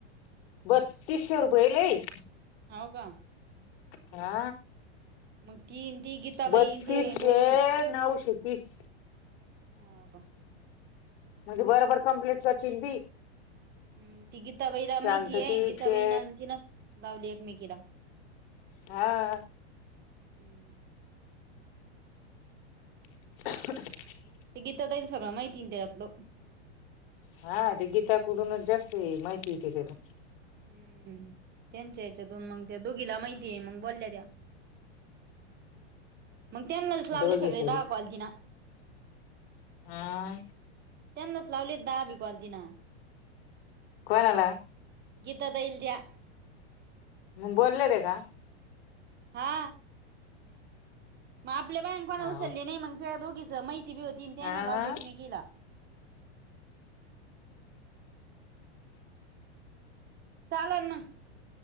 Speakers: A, on the left (about 60°); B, on the right (about 30°).
A: बत्तीसशे.. रुपये लय
B: होय का?
A: हा.
B: मग ती ते गीताबाई
A: बत्तीसशे
B: अन ते बोललेले
A: नऊशे तीस
B: होय का?
A: म्हणजे बरोबर कम्प्लीट करते ती.
B: हं ती गीताबाईला माहितीय
A: शांतती
B: आहे. गीता
A: ते
B: बाई आणि तिनच लावल एकमेकीला
A: हा
B: हंमम
A: <inaudible>
B: ते गीता ताईच सगळं माहिती ते त्यातलं
A: हा ते गीता कुडूनच जास्त माहिती येते. का तून
B: हं... त्यांच्या ह्याच्यातून मग त्या दोघीला माहिती आहे मग बोलल्या त्या मग त्यानाच लावले
A: दोघीच
B: सगळे
A: बी
B: दहा कॉल तिन
A: हा
B: त्यांनाच लावलेत दहा पण कॉल तिन
A: कोणाला?
B: गीता ताईला त्या
A: मग बोललात का?
B: हा. मग आपल्या बायकांना
A: हा
B: उचलले नाही मग त्या दोघीच माहिती पण होती आणि त्यानी
A: हा.
B: लावली एकमेकींना मी केला चालल मग.